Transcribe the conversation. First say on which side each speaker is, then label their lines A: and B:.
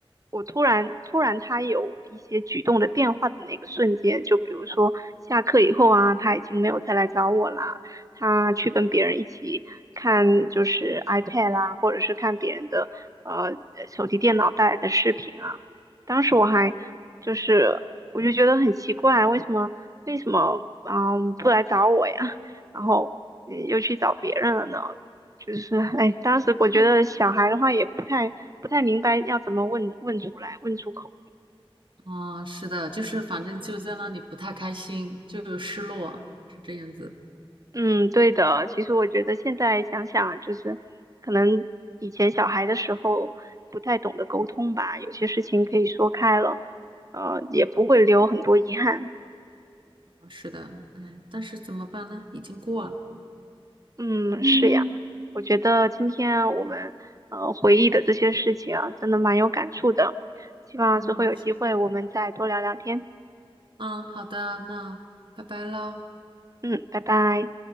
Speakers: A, on the right; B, on the right.
A: 我突然突然他有一些举动的变化的那个瞬间，就比如说下课以后啊，他已经没有再来找我啦，他去跟别人一起看就是 iPad 啦，或者是看别人的呃手提电脑带来的视频啊，当时我还就是我就觉得很奇怪，为什么为什么嗯不来找我呀？<laughs> 然后嗯又去找别人了呢？就是 <laughs> 哎，当时我觉得小孩的话也不太不太明白要怎么问问出来，
B: 对，
A: 问出口。
B: 啊、是的，就是反正就在那里不太开心，就有失落，是这样子。
A: 嗯，对的。其实我觉得现在想想，就是可能以前小孩的时候不太懂得沟通吧，有些事情可以说开了，呃，也不会留很多遗憾。
B: 是的，嗯，但是怎么办呢？已经过了。
A: 嗯，
B: 嗯，
A: 是呀。我觉得今天我们呃回忆的这些事情啊，真的蛮有感触的。希望之后有机会我们再多聊聊天。
B: 嗯嗯嗯，好的，那拜拜喽。
A: 嗯，拜拜。